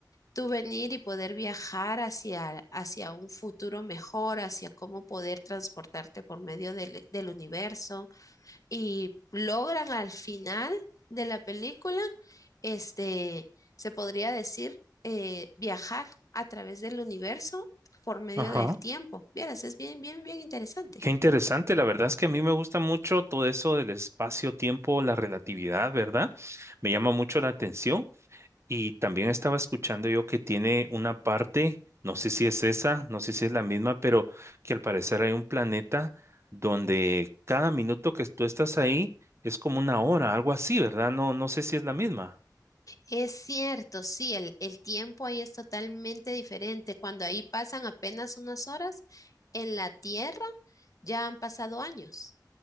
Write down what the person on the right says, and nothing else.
Ajá.
Qué interesante. La verdad es que a mí me gusta mucho todo eso del espacio-tiempo, la relatividad, ¿verdad? Me llama mucho la atención. Y también estaba escuchando yo que tiene una parte, no sé si es esa, no sé si es la misma, pero que al parecer hay un planeta donde cada minuto que tú estás ahí es como una hora, algo así, ¿verdad? No, no sé si es la misma.